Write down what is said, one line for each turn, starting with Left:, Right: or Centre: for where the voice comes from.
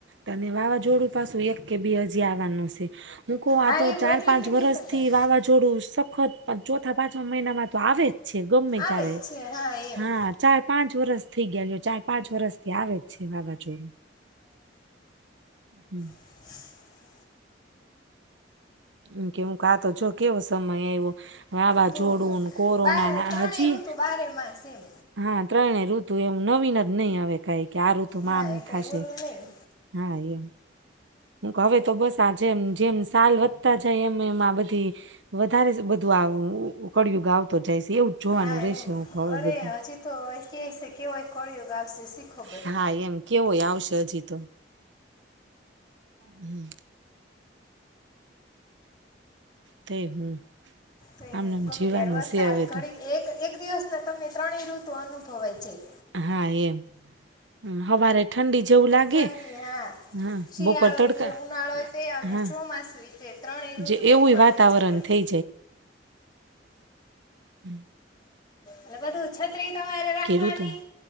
Right: તને વાવાઝોડું પાશુ એક કે બે હજી આવવાનું શે હું તો કહુ આ
Left: હા
Right: તો
Left: એમ
Right: ચાર
Left: એટલે
Right: પાંચ
Left: જ તે
Right: વરષ
Left: કહેતા હતા
Right: થી વાવાઝોડું સખત ચોથા પાંચ મહિનામાં તો આવે જ છે ગમે
Left: આવે
Right: ત્યારે
Left: જ છે એમ
Right: હા ચાર પાંચ વર્ષ થઈ ગયા છે ચાર પાંચ વર્ષથી આવે છે વાવાજોડું હમ
Left: <inaudible>
Right: મ કેવું કે આ તો જો કેવો સમય આવ્યો વાવાઝોડું
Left: તોું હ
Right: ને કોરોના
Left: બ
Right: ના
Left: ત્રણેય
Right: હજી
Left: ઋતુ બારે માસ એમ
Right: હા ત્રણેય ઋતુ એમ નવીન જ નહી હવે કઈ કે આ ઋતુમાં
Left: હા
Right: આમ
Left: એ કંઈ
Right: થશે
Left: ઓલું નહીં
Right: હા એમ હવે તો બસ આ જેમ જેમ સાલ વધતા જાય એમ એમ આ બધી વધારે બધું આ કળિયુંગ આવતો જાય છે એવું જ જોવાનું
Left: હા
Right: રહેશે
Left: એમ
Right: હું કવ
Left: અરે
Right: હવે બધું
Left: હજી તો કે છે કેવય કળિયુગ આવશે શી ખબર
Right: હા એમ કેવોય આવશે હજી તો હમ તે હું
Left: તઈ
Right: આમનેમ
Left: હું ગમે
Right: જીવાનું
Left: ત્યારે વર્ષાત
Right: છે હવે
Left: ઘડી
Right: તો
Left: એક એક દિવસના તમને ત્રણેય ઋતુ અનુભવાય જાય.
Right: હા એમ હવારે ઠંડી જેવું લાગે
Left: ઠંડી હા
Right: હા
Left: શિયાળો
Right: બપોર તડકા
Left: એ તે ઉનાળો એ તે અને
Right: હા
Left: ચોમાસું એ તે ત્રણે ઋતુ
Right: જે એવું
Left: એક માં
Right: વાતાવરણ
Left: આવી જાય.
Right: થઈ હમ્મ.
Left: એટલે બધું છત્રી તમારે રાખવાની
Right: ઋતુ